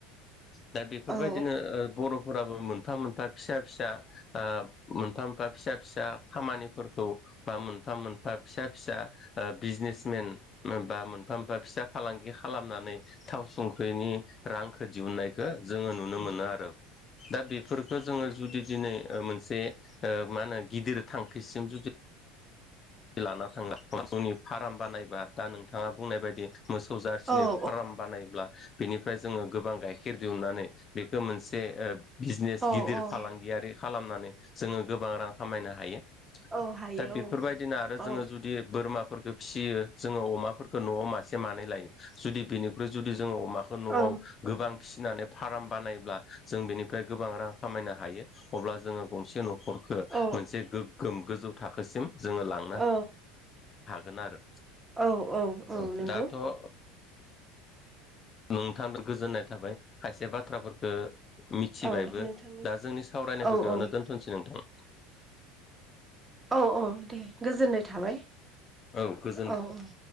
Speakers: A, on the left; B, on the right.
A: दा बेफोरबायदिनो
B: औ
A: ओ बर' फोराबो मोनफा मोनफा फिसा फिसा ओ मोनफा मोनफा फिसा फिसा खामानिफोरखौ बा मोनफा मोनफा फिसा फिसा बिजनेसमेन बा मोनफा मोनफा फिसा फालांगि खालामनानै थाव संख्रिनि रांखौ दिहुननायखौ जोंङो नुनो मोनो आरो। दा बेफोरखौ जोंङो जुदि दिनै मोनसे मा होनो गिदिर थांखिसिम जुदि लाना थांना जोंनि फार्म बानायबा दा नोंथाङा बुंनाय बायदि मोसौ जारसिनि
B: औ
A: फाराम बानायोब्ला बेनिफ्राय जोंङो गोबां गाइखेर दिहुननानै बेखौ मोन से बिजनेस
B: औ
A: ओ गिदिर
B: औ
A: फालांगियारि खालामनानै जोंङो गोबां रां खामायनो हा यो।
B: औ हायो
A: दा बेफोरबायदिनो आरो
B: औ
A: जोंङो जुदि बोरमा फोरखो फिसियो जोंङो अमाफोरखौ नआव मासे मानै लायो जुदि बिनिफ्राय जुदि जोंङो अमाखौ नआव
B: औ
A: गोबां फिसिनानै फाराम बानायब्ला जों बेनिफ्राय गोबां रां खामायनो हायो। अब्ला जोंङो गंसे न'खर खो
B: औ
A: मोनसे गोग्गोम गोजौ थाखोसिम जोंङो लांनो
B: औ
A: हागोन आरो।
B: औ औ औ
A: अ
B: नंगौ
A: दाथ' ओ नोंथाखो गोजोननाय थाबाय। खायसे बाथ्राफोरखो मिथिबायबो
B: औ नोंथांनिसि
A: दा जोंनि सावरायनायखौ
B: औ
A: बेयावनो
B: औ
A: दोनथ'नोसै नोंथां।
B: औ औ, दे गोजोननाय थाबाय।
A: औ गोजोन
B: औ औ।